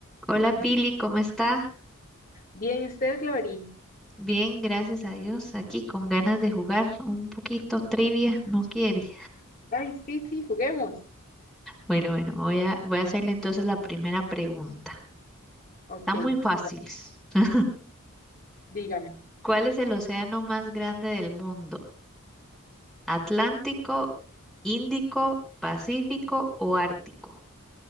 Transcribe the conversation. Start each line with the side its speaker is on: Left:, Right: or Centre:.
Centre: Hola Pili, ¿cómo está?
Left: Bien, usted, Glory.
Centre: Bien, gracias a Dios, aquí con ganas de jugar un poquito trivia, ¿no quiere?
Left: Ay, sí, sí, juguemos.
Centre: Bueno, bueno, voy a, voy a hacerle entonces la primera pregunta.
Left: Ok,
Centre: Está muy fácil.
Left: dígame.
Centre: <laughs>
Left: dígame.
Centre: ¿Cuál es el océano más grande del mundo? ¿Atlántico, Índico, Pacífico o Ártico?